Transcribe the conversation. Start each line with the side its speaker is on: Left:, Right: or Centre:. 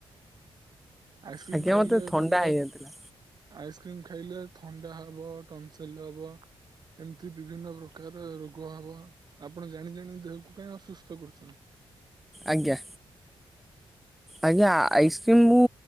Right: ଆଇସ୍କ୍ରିମ୍
Centre: ଆଜ୍ଞା
Right: ଖାଇଲେ
Centre: ମୋତେ ଥଣ୍ଡା
Right: ତମର
Centre: ହେଇଯାଇଥିଲା
Right: ଆଇସ୍କ୍ରିମ୍ ଖାଇଲେ ଥଣ୍ଡା ହବ ଟନସିଲ୍ ହବ। ଏମିତି ବିଭିନ୍ନ ପ୍ରକାର ର ରୋଗ ହବ। ଆପଣ ଜାଣି ଜାଣି ଦେହକୁ କାଇଁ ଅସୁସ୍ଥ କରୁଚନ୍ତି।
Centre: ଆଜ୍ଞା। ଆଜ୍ଞା
Right: ଖାଇବା
Centre: ଆଇସ୍କ୍ରିମ୍ ମୁଁ